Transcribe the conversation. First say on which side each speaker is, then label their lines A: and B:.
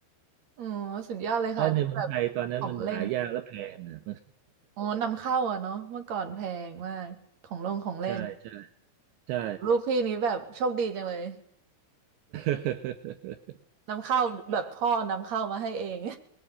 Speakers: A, on the right; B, on the right.
A: <laughs> อ๋อสุดยอดเลยค่ะแบบของเล่น
B: เพราะในเมืองไทยตอนนั้นมันหายากและแพงอ่ะ
A: อ๋อนำเข้าอะเนาะเมื่อก่อนแพงมากของลงของเล่น
B: <laughs> ใช่ใช่ใช่
A: ลูกพี่นี้แบบโชคดีจังเลย
B: <laughs>
A: นำเข้าแบบพ่อนำเข้ามาให้เอง <laughs>